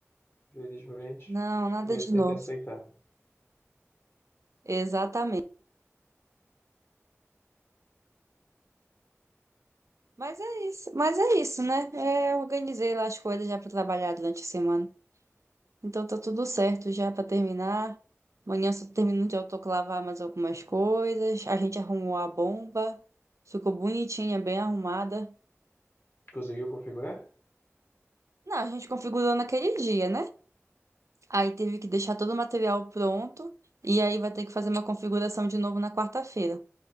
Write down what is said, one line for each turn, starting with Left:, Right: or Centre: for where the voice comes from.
Left: Felizmente,
Right: Não, nada
Left: eh,
Right: de
Left: tem
Right: novo.
Left: que aceitar.
Right: Exatamente. Mas é isso, mas é isso, né? É, eu organizei lá as coisas já para trabalhar durante a semana. Então tá tudo certo já para terminar. Amanhã eu só termino de autoclavar mais algumas coisas. A gente arrumou a bomba. Ficou bonitinha, bem arrumada.
Left: Conseguiu configurar?
Right: Não, a gente configurou naquele dia, né? Aí teve que deixar todo o material pronto. E aí vai ter que fazer uma configuração de novo na quarta-feira,